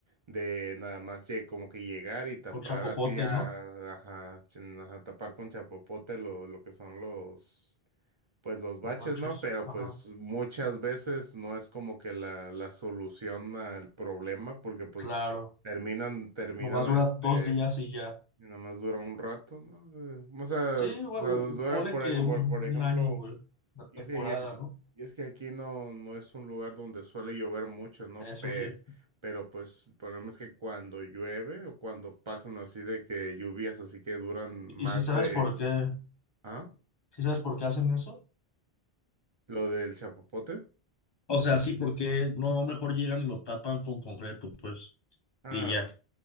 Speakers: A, on the right; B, on the left.
A: de nada más lle- como que llegar y tapar
B: con chapopotes,
A: así, a,
B: ¿no?
A: ajá, ch- ajá, tapar con chapopote lo, lo que son los, pues los baches,
B: Los baches.
A: ¿no? Pero
B: Ajá.
A: pues muchas veces no es como que la, la solución al problema, porque pues
B: Claro.
A: terminan, terminan
B: Nomás dura
A: este,
B: dos días y ya.
A: y nada más dura un rato, ¿no? Eh, O sea,
B: Sí, güey,
A: o sea,
B: u-
A: dura,
B: ponle
A: por
B: que
A: ejemplo,
B: un,
A: por ejemplo,
B: un año, güey, la temporada,
A: y es que, y es,
B: ¿no?
A: y es que aquí no, no es un lugar donde suele llover mucho, ¿no?
B: Eso
A: Pe-
B: sí.
A: pero pues el problema es que cuando llueve o cuando pasan así de que lluvias así que duran
B: ¿Y
A: más
B: si sabes
A: de...
B: por qué?
A: ¿Ah?
B: ¿Si sabes por qué hacen eso?
A: Lo del chapopote.
B: O sea, sí, porque no mejor llegan y lo tapan con concreto, pues,
A: Ah,
B: y ya.
A: no.